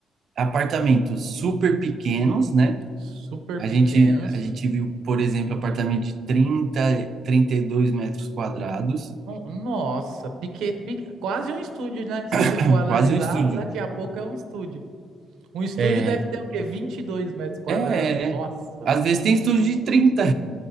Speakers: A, on the right; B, on the right.
A: apartamentos super pequenos, né?
B: super
A: A
B: pequenos.
A: gente, a gente viu, por exemplo, apartamento de trinta trinta e dois metros quadrados,
B: No- nossa, pique, pique- quase um estúdio, né? Se você
A: <coughs>
B: for analisar,
A: <clears throat> quase um estúdio.
B: daqui a pouco é um estúdio. Um estúdio
A: É,
B: deve ter o quê? vinte e dois metros quadrados.
A: é, é.
B: Nossa,
A: é. Às vezes tem estúdio de trinta